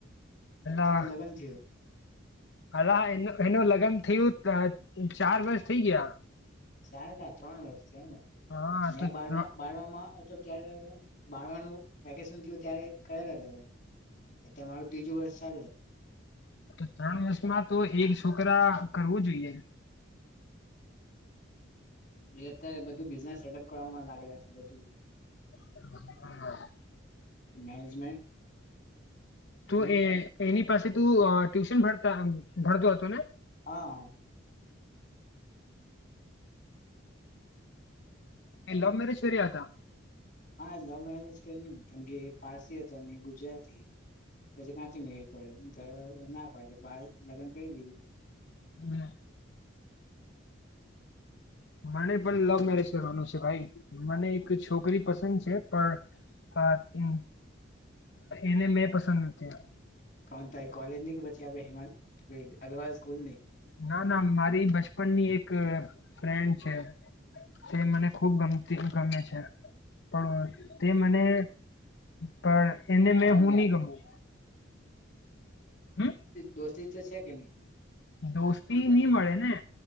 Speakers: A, on the left; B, on the left.
A: અત્યારે
B: અ
A: તો લગ્ન થયું
B: અ હ એનું લગન થયું. ચાર વર્ષ થઈ ગયા.
A: ચાર કા ત્રણ વર્ષ છે ને
B: હા
A: મે,
B: તો
A: બાળમા
B: ત્રણ
A: બારમાં તો ત્યારે બારમાનું વેકેશન થયું ત્યારે કરેલા તમારું ત્રીજું વર્ષ ચાલે.
B: તો ત્રણ વર્ષમાં તો એક છોકરા કરવું જોઈએ.
A: એ અત્યારે બધું બિઝનેસ સેટઅપ કરવાવામાં લાગેલા છે બધું.
B: હ હમ.
A: મેનેજમેન્ટ
B: તું
A: હમ
B: એ એની પાસે તું ટ્યુશન ભરતા ભરતો હતો ને.
A: હા.
B: તે લવ મેરેજ કર્યા હતા.
A: હા લવ મેરેજ કરી મે કેમ કે પારસી હતા ને ગુજરાતી પછી કાંથી મેળ. ડે ઘ ના પડે બાર લગન કઈ ગયું. <unintelligible>
B: હ. મને પણ લવ મેરેજ કરવાનું છે ભાઈ મને એક છોકરી. છોકરી પસંદ છે પણ એને મેં પસંદ નથી.
A: કોણ ત એ કોલેજ ની કે પછી આપડે હિમાલ અગ્રવાલ સ્કૂલ ની.
B: ના ના મારી બચપન ની એક ફ્રેન્ડ છે. તે મને ખુબ ગમતી ગમે છે પણ તે મને. પણ એને મેં
A: ભાવ
B: હું
A: ની
B: નહી
A: આપે
B: ગમું હમ
A: દોસ્તી તો છે કે નહી.
B: દોસ્તી નહીં મળે ને.